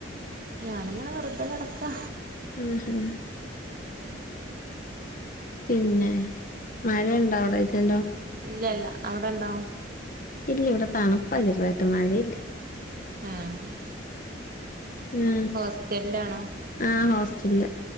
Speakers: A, on the right; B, on the left.
A: ഞാനിങ്ങനെ വെറ്തെ കെടക്കാ
B: അത് ശെരി പിന്നെ മഴയ്ണ്ടോ അവിടൊക്കെണ്ടോ
A: ഇല്ല ഇല്ല അവിടെണ്ടോ
B: ഇല്ല ഇവിടെ തണ്പ്പാ ചെറ്തായിട്ട് മഴയില്ല
A: ആഹ്
B: ഉം
A: ഹോസ്റ്റൽലാണോ
B: ആഹ് ഹോസ്റ്റലില്